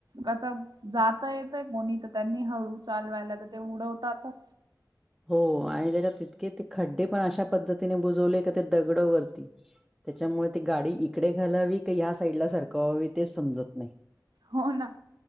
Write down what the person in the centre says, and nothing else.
हो आणि त्याच्यात तितके ते खड्डे पण अशा पद्धतीने बुजवले का ते दगडं वरती त्याच्यामुळे ती गाडी इकडे घालावी की ह्या साईडला सारखवावी तेच समजत नाही.